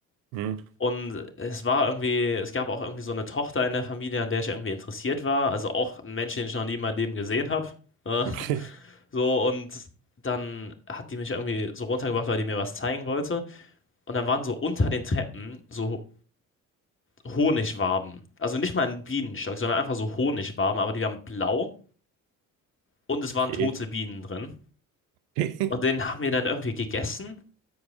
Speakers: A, on the right; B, on the left.
A: Hm?
B: Und es war irgendwie, es gab auch irgendwie so eine Tochter in der Familie, an der ich irgendwie interessiert war. Also auch ein Mensch, den ich noch nie in meinem Leben gesehen habe. Äh, <laughs>
A: Okay.
B: so, und dann hat die mich irgendwie so runtergebracht, weil die mir was zeigen wollte. Und dann waren so unter den Treppen so Honigwaben. Also nicht mal ein Bienenstock, sondern einfach so Honigwaben, aber die waren blau und es waren
A: Okay.
B: tote Bienen drin.
A: <laughs>
B: Und den haben wir dann irgendwie gegessen.